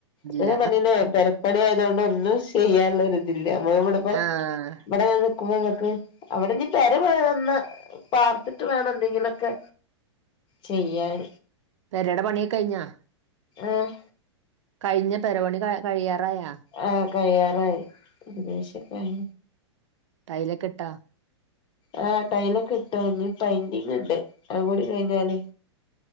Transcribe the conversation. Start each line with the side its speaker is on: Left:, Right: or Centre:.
Right: ഇല്ല
Left: നങ്ങനെ പറഞ്ഞില്ലേ പെരപ്പണിയാ <unintelligible> ഒന്നും ചെയ്യാനുള്ള ഇതില്ലമ്മ <unintelligible>
Right: ആഹ്
Left: ഇവിടെ ഞങ്ങൾക്ക് അവിടെ ഇനിപെര വാണം പാർത്തിട്ട് വേണം എന്തെങ്കിലൊക്കെ ചെയ്യാൻ
Right: പെരടെ പണിയൊക്കെ കഴിഞ്ഞാ
Left: ആഹ
Right: കഴിഞ്ഞ പെര പണി കഴിയാറായാ
Left: ആഹ് കഴിയാറായി ഏകദേശക്കായി
Right: ട്ടൈലൊക്കെ ഇട്ടാ
Left: ആഹ ട്ടൈലൊക്കെ ഇട്ടു ഇനി പൈന്റിങ് ഉണ്ട് അ തുകൂടി കഴിഞ്ഞാല്